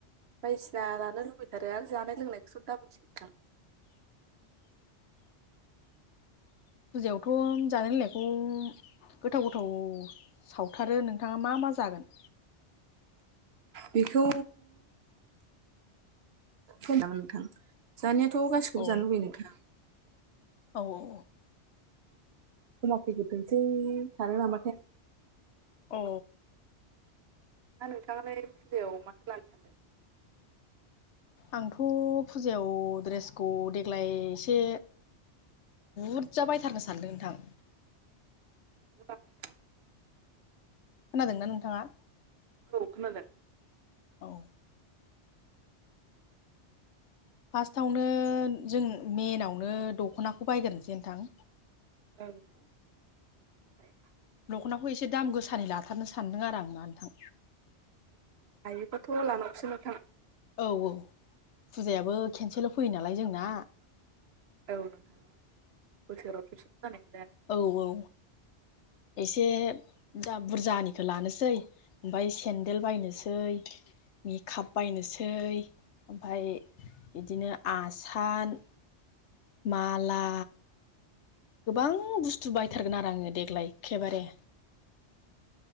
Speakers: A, on the right; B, on the left.
A: बायदिसिना लानो लुबैथारो आरो जानाय लोंनायखौस' दा बुंसै नोंथां।
B: <inaudible> फुजायावथ' जानाय लोंनायखौ गोथाव गोथाव सावथारो नोंथाङा मा मा जागोन?
A: बेखौ फैदामोन नोंथां जानाया थ' गासिखौबो
B: औ
A: जानो लुबैयो नोंथां।
B: औ औ।
A: समाव फैग्रोथोंसै सानो नामा थाय।
B: औ।
A: दा नोंथाङालाय फुजायाव माथो लानो सानदों।
B: आंथ' फुजायाव द्रेसखौ देग्लाय एसे बुरजा बायथारनो सानदों नोंथां।।
A: नंगौ नामा नोंथां
B: खोनादोंना नोंथाङा।
A: औ खोनादों।
B: औ। फार्स्टआवनो जों मेनावनो दखनाखौ बायग्रोसै नोंथां।
A: <unintelligible>
B: दख'नाखौ एसे दाम गोसानि लाथारनो सानदों आरो आं ना नोथां।
A: हायोबाथ' लानावसो नोंथां।
B: औ-औ फुजायाबो केेनसेल' फैयो नालाय जोंना।
A: औ नोंथां औ बोसोराव खेबसे आरो
B: औ औ। एसे दा बुरजानिखौ लानोसै ओमफ्राय सेन्देल बायनोसै। मेकआप बायनोसै ओमफ्राय बिदिनो आसान माला गोबां बुस्थु बायथारगोन आरो आङो देग्लाय एखेबारे।